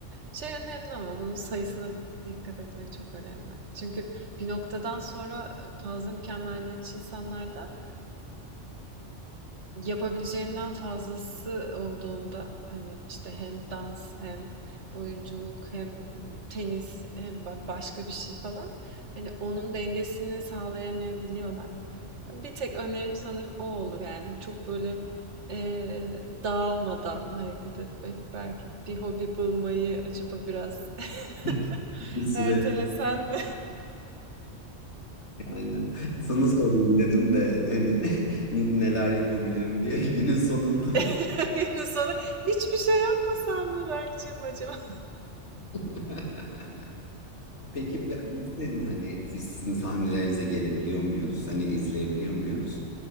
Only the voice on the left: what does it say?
<laughs> Bir süreç.
Aynen. Sana sorayım dedim de hani <laughs> n- neler yapabilirim diye günün sonunda.
<laughs> Peki bir- biz senin hani siz, sizin sahnelerinize gelebiliyor muyuz? Hani izleyebiliyor muyuz?